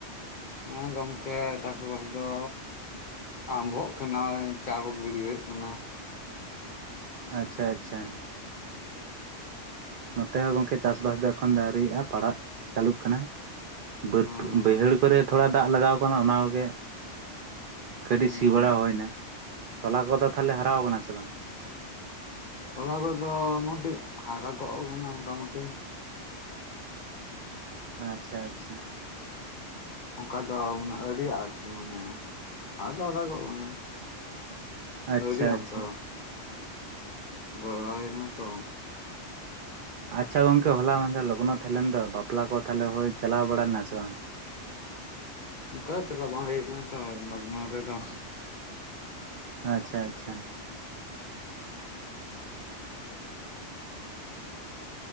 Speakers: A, on the left (about 45°); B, on the right (about 60°).
A: ᱮᱸ ᱜᱚᱜᱠᱮ ᱪᱟᱥ ᱵᱟᱥ ᱫᱚ ᱟᱢᱵᱷᱚᱜ ᱠᱟᱱᱟ ᱪᱟ ᱜᱤᱰᱤ ᱦᱳᱭᱳᱜ ᱠᱟᱱᱟ᱾
B: ᱟᱪᱪᱷᱟ ᱟᱪᱪᱷᱟ, ᱱᱚᱛᱮ ᱦᱚᱸ ᱜᱚᱝᱠᱮ ᱪᱟᱥ-ᱵᱟᱥ ᱫᱚ ᱮᱠᱷᱚᱱ ᱟᱹᱣᱨᱤᱜᱼᱟ ᱯᱟᱲᱟᱜ ᱪᱟᱹᱞᱩᱜ ᱠᱟᱱᱟ᱾ ᱵᱟᱹᱫᱽ
A: ᱦᱩᱸ
B: ᱵᱟᱹᱭᱦᱟᱹᱲ ᱠᱚᱨᱮ ᱛᱷᱚᱲᱟ ᱫᱟᱜ ᱞᱟᱜᱟᱣ ᱠᱟᱱᱟ ᱚᱱᱟ ᱠᱚ ᱜᱮ ᱠᱟᱹᱴᱤᱡ
A: ᱦᱩᱸ
B: ᱥᱤ ᱵᱟᱲᱟ ᱦᱩᱭᱱᱟ᱾ᱛᱚᱞᱟ ᱠᱚᱫᱚ ᱛᱟᱦᱚᱞᱮ ᱦᱟᱨᱟᱣ ᱠᱟᱱᱟ ᱥᱮ ᱵᱟᱝ?
A: ᱛᱚᱞᱟ ᱠᱚᱫᱚ ᱢᱚᱴᱤᱡ ᱦᱟᱨᱟ ᱠᱚᱜ ᱠᱟᱱᱟ ᱢᱚᱴᱟᱢᱩᱴᱤ᱾
B: ᱟᱪᱪᱷᱟ ᱟᱪᱪᱷᱟ,
A: ᱚᱝᱠᱟ ᱫᱚ ᱢᱟᱱᱮ ᱟᱹᱣᱨᱤ ᱟᱨᱠᱤ ᱢᱟᱱᱮ ᱦᱟᱨᱟ ᱫᱚ ᱦᱟᱨᱟᱜᱚᱜ ᱠᱟᱱᱟ᱾
B: ᱟᱪᱪᱷᱟ
A: ᱟᱹᱣᱨᱤ ᱚᱝᱠᱟ
B: ᱟᱪᱪᱷᱟ
A: ᱫᱚ <unintelligible>
B: ᱟᱪᱪᱷᱟ ᱜᱚᱝᱠᱮ ᱦᱚᱞᱟ ᱢᱟᱦᱫᱮᱨ ᱞᱚᱜᱱᱚ ᱛᱟᱦᱮᱸ ᱞᱮᱱ ᱫᱚ, ᱵᱟᱯᱞᱟ ᱠᱚ ᱛᱟᱦᱚᱞᱮ ᱦᱚᱭ ᱪᱟᱞᱟᱣ ᱵᱟᱲᱟ ᱞᱮᱱᱟ ᱥᱮ ᱵᱟᱝ?
A: ᱚᱝᱠᱟ ᱫᱚ ᱪᱟᱞᱟᱜ ᱵᱟᱝ ᱦᱳᱭ ᱠᱟᱱᱟ ᱛᱚ ᱞᱚᱜᱱᱚ ᱨᱮᱫᱚ᱾
B: ᱟᱪᱪᱷᱟ ᱟᱪᱪᱷᱟ,